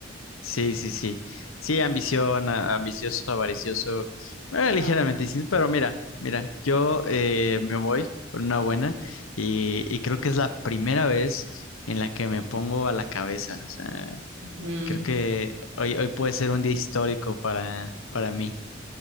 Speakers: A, on the left; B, on the right.
A: Sí, sí, sí. Sí, ambición, a- ambicioso, avaricioso, bueno, ligeramente
B: La variante.
A: distinto, pero mira, mira, yo eh, me voy con una buena y, y creo que es la primera vez en la que me pongo a la cabeza. O sea,
B: Mm,
A: creo que hoy, hoy puede ser un día histórico para, para mí.